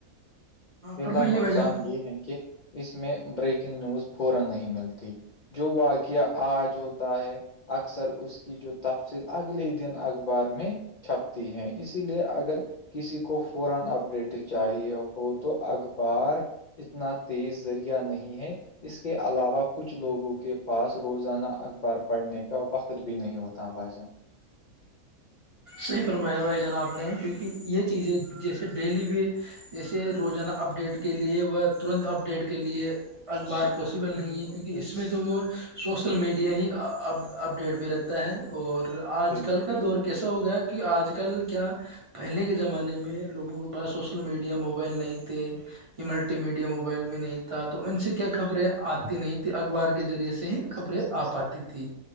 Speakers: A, on the left; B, on the right.
A: پہلا
B: فرمائیے
A: نقصان
B: بھائی جان
A: یہ ہے کہ اس میں بریکنگ نیوز فورا نہیں ملتی جو واقعہ آج ہوتا ہے <unintelligible> اکثر اس کی جو تفصیل اگلے ہی دن اخبار میں چھپتی ہے اسی لیے اگر کسی کو فورا اب اپ ڈیٹ چاہیے ہو تو اخبار اتنا تیز ذریعہ نہیں ہے اس کے علاوہ کچھ لوگوں کے پاس روزانہ اخبار پڑھنے کا وقت بھی نہیں ہوتا بھاش
B: صیفرمابھائی جناب نے ہیں کیونکہ یہ چیزیں جیسے ڈیلی بھی جیسے روزانہ اپڈیٹ کے لیے وہ ترنت اپ ڈیٹ کے لیے اخبار پاسیبل نہیں
A: بالکل
B: ہے کیونکہ
A: بالکل
B: اس میں تو وہ سوسل میڈیا ہی اپڈیٹ پہ رہتا ہے اور آج
A: بالکل
B: کل کا
A: بالکل
B: دور کیسا ہو گیا کہ آج کل کیا پہلے کے زمانے میں لوگوں کے پاس سوشل میڈیا موبائل نہیں تھے یہ ملٹی میڈیا موبائل بھی نہیں تھا تو ان سے کیا خبریں آتی نہیں تیں اخبار کے ذریعے سے ہی خبریں آ پاتی تیں